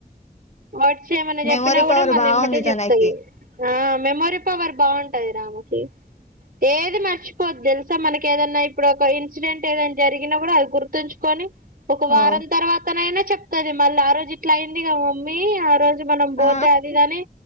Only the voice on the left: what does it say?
మెమోరీ
పవర్
బాగుంది
తనకి
వావ్
ఆ